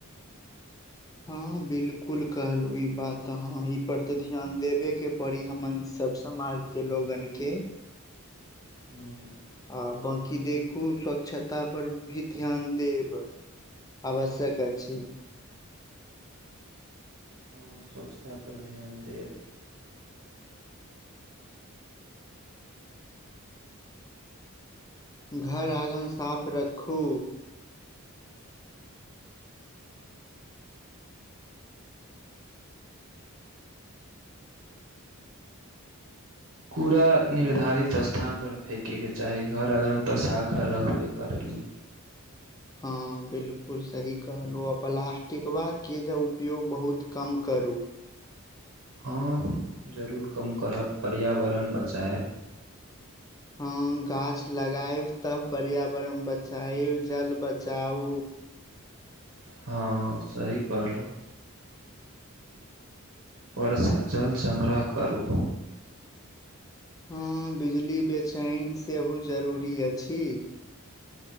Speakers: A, on the left; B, on the right.
A: हँ बिल्कुल कहलु, ई बात हं ई पर ते ध्यान देबे के पड़ी हमन सब समाज। के लोगन के।
B: हूँ।
A: आ बाँकी देखू, स्वच्छता पर भी ध्यान देब। आवश्यक अछि।
B: हां, स्वच्छता पर ध्यान देब।
A: घर- आङ्गन साफ रखू।
B: कूड़ा निर्धारित स्थानपर फेेकयके चाही, घर-अङ्गन तऽ शाखा रखबे करलिये।
A: हँ बिल्कुल सही कहलहुँ, आ प्लास्टिकबा के जे उपयोग बहुत। कम करू।
B: हँ जरूर कम करब पर्यावरण बचायएब।
A: हँ गाछ लगायब तब पर्यावरण बचाायब जल बचाउ।
B: हँ सही कहलहुँ। वर्षा जल संग्रह करू।
A: हँ बिजली बेचैन सेहो जरूरी अछि।